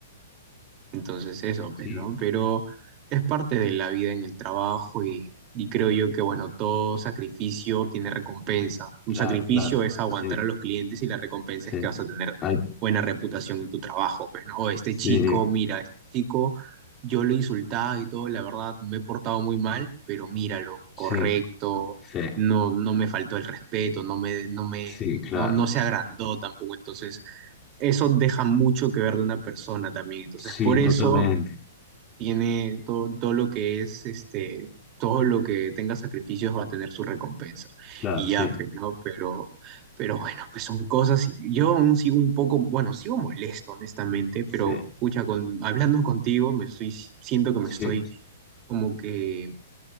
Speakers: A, on the right; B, on the left.
A: Entonces eso, pues,
B: sí,
A: ¿no? Pero es parte de la vida en el trabajo y, y creo yo que, bueno, todo sacrificio tiene recompensa. Un
B: claro,
A: sacrificio
B: claro.
A: es aguantar
B: Sí,
A: a los clientes y la recompensa
B: sí.
A: es que vas a tener
B: Hay,
A: buena reputación en tu trabajo, pues, ¿no? O este
B: sí,
A: chico, mira, este chico, yo lo insultaba y todo, la verdad, me he portado muy mal, pero míralo,
B: sí,
A: correcto,
B: sí,
A: no, no me faltó el respeto, no me, no me,
B: sí, claro.
A: no, no se agrandó tampoco, entonces eso deja mucho que ver de una persona también. Entonces,
B: Sí,
A: por eso
B: totalmente.
A: tiene todo, todo lo que es, este, todo lo que tenga sacrificios va a tener su recompensa.
B: Claro,
A: Y
B: sí,
A: ya, pues, ¿no? Pero, pero bueno, pues son cosas y yo aún sigo un poco, bueno, sigo molesto, honestamente, pero,
B: sí,
A: pucha, con, hablando contigo, me estoy, siento que me
B: sí.
A: estoy como que...